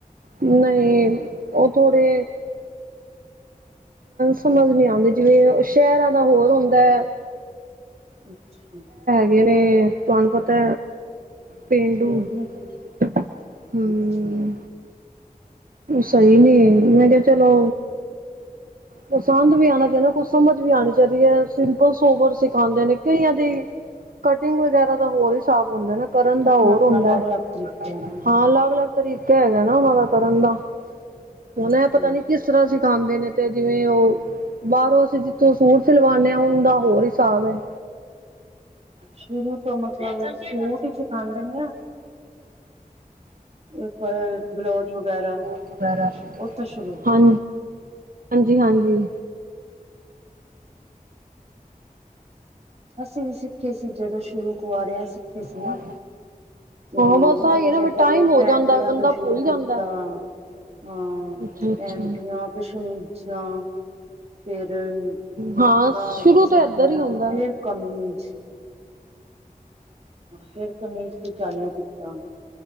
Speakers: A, on the right; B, on the right.
A: ਨਹੀਂ ਉਹ ਥੋੜੇ ਸਮਝ ਨੀ ਆਉਂਦੀ ਜਿਵੇਂ ਸ਼ਹਿਰਾਂ ਦਾ ਹੋਰ ਹੁੰਦਾ ਹੈ।
B: ਅੱਛਾ।
A: ਅਗੇ ਨੇ ਤੁਹਾਨੂੰ ਪਤਾ ਪੇਂਡੂ
B: ਪੀਂਦੇ
A: ਹਮ।
B: ਅੱਛਾ।
A: ਸਹੀ ਨੀ ਮੈਂ ਕਿਹਾ ਚਲੋ ਪਸੰਦ ਵੀ ਆਉਣਾ ਚਾਹੀਦਾ ਕੁਛ ਸਮਝ ਵੀ ਆਉਣੀ ਚਾਹੀਦੀ ਹੈ ਸਿੰਪਲ ਸੋਵਰ ਸਿਖਾਉਂਦੇ ਨੇ। ਕਈਆ ਦੀ ਕਟਿੰਗ ਵਗੈਰਾ ਤਾਂ ਹੋਰ ਹੀ ਸਾਫ਼ ਹੁੰਦਾ ਨਾ। ਕਰਨ ਦਾ
B: ਆਪਣਾ-ਆਪਣਾ
A: ਹੋਰ ਹੁੰਦਾ
B: ਅਲੱਗ-ਅਲੱਗ ਤਰੀਕਾ ਹੈ ਨਾ।
A: ਹਾਂ ਅਲੱਗ ਅਲੱਗ ਤਰੀਕਾ ਹੈਗਾ ਨਾ ਉਹਨਾਂ ਦਾ ਕਰਨ ਦਾ। ਉਹਨਾ ਇਹ ਪਤਾ
B: ਹੂੰ,
A: ਨੀ ਕਿਸ ਤਰ੍ਹਾਂ ਸਿਖਾਉਂਦੇ ਨੇ ਤੇ ਜਿਵੇਂ ਉਹ ਬਾਹਰੋਂ ਅਸੀਂ ਜਿੱਥੋਂ ਸੂਟ ਸਿਲਵਾਉਂਦੇ ਹਾ ਉਹ ਦਾ ਹੋਰ ਹਿਸਾਬ ਹੈ।
B: ਸ਼ੁਰੂ ਮਤਲਬ ਸੂਟ ਸਿਖਾਂਦੇ ਹਾਂ ਇੱਕ ਬਲਾਉਜ ਵਗੈਰਾ।
A: ਵਗੈਰਾ
B: ਉੱਥੇ ਸ਼ੁਰੂ
A: ਹਾਂ ਹਾਂਜੀ ਹਾਂਜੀ।
B: ਅਸੀਂ ਵੀ ਸਿੱਖੇ ਸੀ ਜਦੋਂ ਸ਼ੁਰੂ ਕਵਾਰੇ ਸੀ।
A: ਹਾਂ।
B: ਨਾ। ਤੇ
A: ਬਸ ਆਹੀ
B: ਉਹਨੇ
A: ਨਾ
B: ਫਿਰ ਪਹਿਲੇ
A: ਟਾਈਮ ਹੋ
B: ਪੇਂਟੀਆ
A: ਜਾਂਦਾ ਬੰਦਾ
B: ਤੋਂ
A: ਭੁੱਲ
B: ਸ਼ੁਰੂ ਕੀਤਾ।
A: ਜਾਂਦਾ
B: ਹਾਂ
A: ਅੱਛਾ ਅੱਛਾ
B: ਪੈਂਟੀਆ ਤੇ ਸ਼ਮਿਜਾ। ਫੇਰ ਨਿਕਰਾਂ,
A: ਹਾਂ ਸ਼ੁਰੂ
B: ਕੱਛੇ
A: ਤੋਂ ਏਧਰ
B: ਵਗੈਰਾ
A: ਹੀ ਹੁੰਦਾ
B: ਫੇਰ ਕਮੀਜ। ਫੇਰ ਕਮੀਜ਼ ਤੇ ਚਾਲੂ ਕੀਤਾ